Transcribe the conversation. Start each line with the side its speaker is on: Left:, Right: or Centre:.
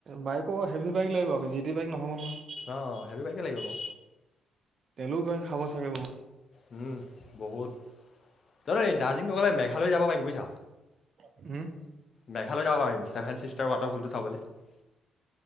Right: বাইকো হেভি বাইক লাগিব আকৌ জি টি বাইক নহ'ব নহয়।
Left: অঁ হেভি বাইকে লাগিব বাৰু।
Right: তেলো গৈ খাব চাগে বহুত।
Left: উম! বহুত। <unintelligible> এই দাৰ্জিলিং নগলে মেঘালয় যাব পাৰিম বুজিছা।
Right: উম <unintelligible>
Left: মেঘালয় যাব পাৰিম, ছেভেন ছিষ্টাৰ ৱাটাৰফলটো চাবলৈ। <unintelligible>